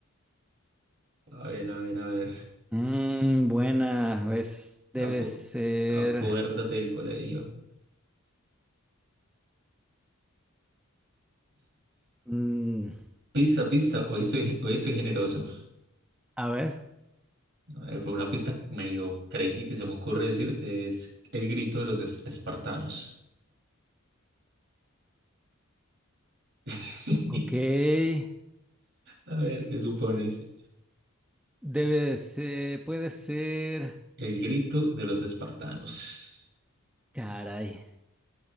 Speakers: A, on the right (about 55°); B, in the centre.
A: A ver, a ver, a ver.
B: mm, buena, es, debe
A: Ah,
B: ser.
A: Acuérdate del colegio.
B: mm,
A: Pista, pista. Hoy soy, hoy estoy generoso.
B: a ver,
A: A ver, pero una pista medio crazy que se me ocurre decirte es el grito de los es- espartanos. <laughs>
B: ok.
A: A ver, ¿qué supones?
B: Debe ser, puede ser.
A: El grito de los espartanos.
B: Caray,